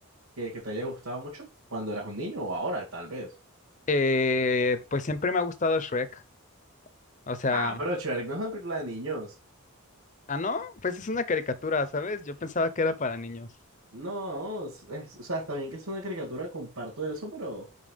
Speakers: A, on the right; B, on the left.
A: que, que te haya gustado mucho? Cuando eras un niño o ahora, tal vez.
B: Eh, pues siempre me ha gustado Shrek. O sea.
A: Ah, pero Shrek no es una película de niños.
B: Ah, ¿no? Pues es una caricatura, ¿sabes? Yo pensaba que era para niños.
A: No, es, es- o sea, está bien que es una caricatura, comparto eso, pero,